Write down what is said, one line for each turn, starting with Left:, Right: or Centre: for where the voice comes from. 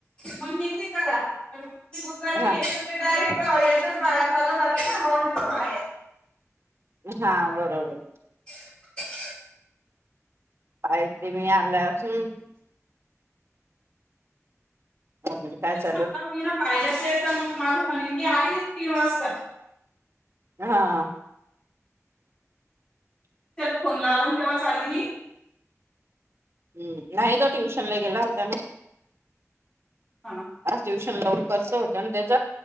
Left: म्हणते <unintelligible> करा डायरेक्ट
Right: हा
Left: याचाच पाया चालवणार की काय
Right: हां बरोबर.
Left: <inaudible>
Right: पाहितीे मी आलं ती. सगळी काय चा
Left: म्हट मी ना फायद्याच येत मग माझं म्हणी मी आलीय तीन वाजता.
Right: हा.
Left: त्याला फोन लावला अन् तेव्हाच आले मी.
Right: हम्म न्हाय ग ट्युशन ला गेला होता ना.
Left: हा.
Right: आज ट्युशन लवकरच होत न त्याच.